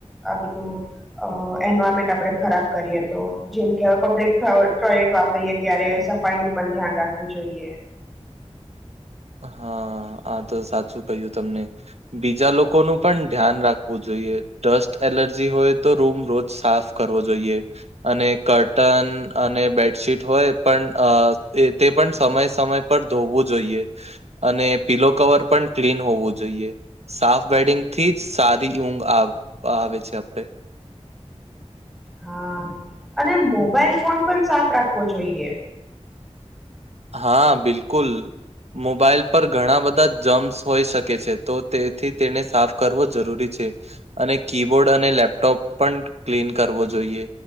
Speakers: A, in the centre; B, on the right.
A: આ બધું અ એન્વાયરમેન્ટ આપડે ખરાબ કરીએ તો જેમ કે હવે પબ્લિક ટોયલેટ વાપરીએ ત્યારે સફાઈ નું પણ ધ્યાન રાખવું જોઈએ.
B: હા આ તો સાચું કહ્યું તમને. બીજા લોકોનું પણ ધ્યાન રાખવું જોઈએ ડસ્ટ એલર્જી હોય તો રૂમ રોજ સાફ કરવો જોઈએ. અને કરટન અને બેડશીટ હોય પણ તે પણ સમય સમય પર ધોવું જોઈએ અને પીલો કવર પણ ક્લીન હોવું જોઈએ. સાફ બેડિંગથી જ સારી ઊંઘ આ આવે છે, આપણે
A: હા અને મોબાઈલ ફોન પણ સાફ રાખવો જોઈએ.
B: હા બિલકુલ મોબાઈલ પર ઘણા બધા જમ્સ હોઈ શકે છે. તો તેથી તેને સાફ કરવો જરૂરી છે. અને કીબોર્ડ અને લેપટોપ પણ ક્લીન કરવો જોઈએ.